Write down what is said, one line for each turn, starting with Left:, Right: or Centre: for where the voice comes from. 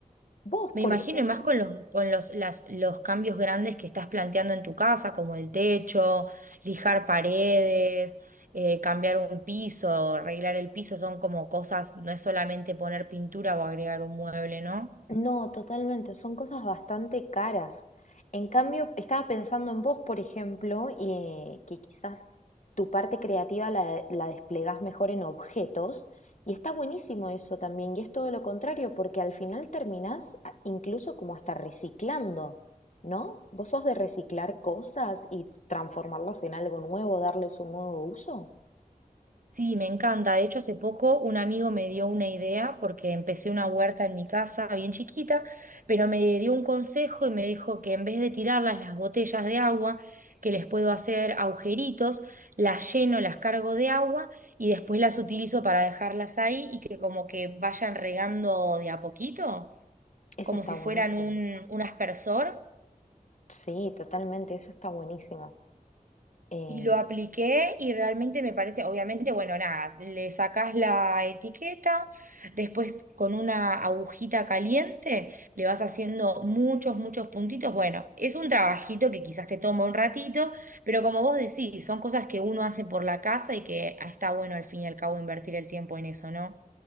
Left: Vos,
Right: Me
Left: por
Right: imagino
Left: ejemplo,
Right: y más con los con los las los cambios grandes que estás planteando en tu casa, como el techo, lijar
Left: sí.
Right: paredes, eh, cambiar un piso, arreglar el piso, son como cosas, no es solamente poner pintura o agregar un mueble, ¿no?
Left: No, totalmente, son cosas bastante caras. En cambio, estaba pensando en vos, por ejemplo, y que quizás tu parte creativa la, la desplegás mejor en objetos, y está buenísimo eso también, y es todo lo contrario, porque al final terminás a- incluso como hasta reciclando, ¿no? ¿Vos sos de reciclar cosas y transformarlas en algo nuevo, darles un nuevo uso?
Right: Sí, me encanta. De hecho, hace poco un amigo me dio una idea porque empecé una huerta en mi casa bien chiquita, pero me dio un consejo y me dijo que en vez de tirarlas las botellas de agua, que les puedo hacer agujeritos, las lleno, las cargo de agua y después las utilizo para dejarlas ahí y que como que vayan regando de a poquito,
Left: Eso
Right: como
Left: está
Right: si
Left: buenísimo.
Right: fueran un, un aspersor.
Left: Sí, totalmente, eso está buenísimo. Em,
Right: Y lo apliqué y realmente me parece, obviamente, bueno, nada, le sacás la etiqueta, después con una agujita caliente le vas haciendo muchos, muchos puntitos. Bueno, es un trabajito que quizás te toma un ratito, pero como vos decís, son cosas que uno hace por la casa y que está bueno al fin y al cabo invertir el tiempo en eso, ¿no?